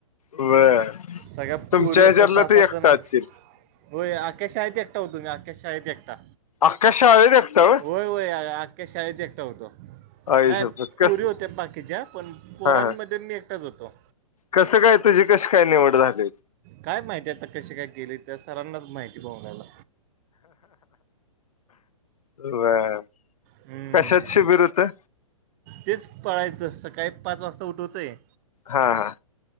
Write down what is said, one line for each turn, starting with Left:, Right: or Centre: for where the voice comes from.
Left: बर
Right: सगळ्या
Left: तुमच्या
Right: पोरी होत्या
Left: ह्याच्यातला
Right: सहा सात
Left: तू एकटा
Right: जण.
Left: असशील
Right: हो अख्ख्या शाळेत एकटा होतो मी अख्ख्या शाळेत एकटा.
Left: अख्या शाळेत एकटा वय.
Right: होय होय आख्या शाळेत एकटा होतो.
Left: आई
Right: नाही
Left: शप्पथ कस
Right: पोरी होत्या बाकीच्या पण पोरांमध्ये
Left: हा हा
Right: मी एकटाच होतो.
Left: कसं काय तुझी कशी काय निवड झाली.
Right: काय माहितीय आता कशी काय गेले त्या सरांनाच माहिती बघयला.
Left: बर
Right: हम्म
Left: कशाच शिबिर होतं.
Right: तेच पळायचं सकाळी पाच वाजता उठवतय.
Left: हा हा.